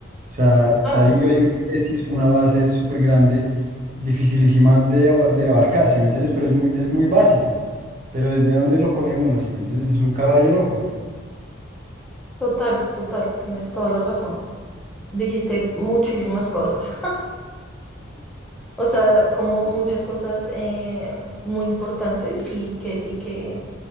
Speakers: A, on the right; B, in the centre.
A: O sea,
B: Total,
A: ahí hay una tesis, una base súper grande dificilísima de, aba- de abarcar, ¿sí me entiendes? Pero es muy, es muy básico. Pero ¿desde dónde lo coge uno, ¿sí me entiendes? Es un caballo loco.
B: total, total. Tienes toda la razón. dijiste muchísimas cosas, <laughs> o sea, como muchas cosas eh, muy importantes y que, y que,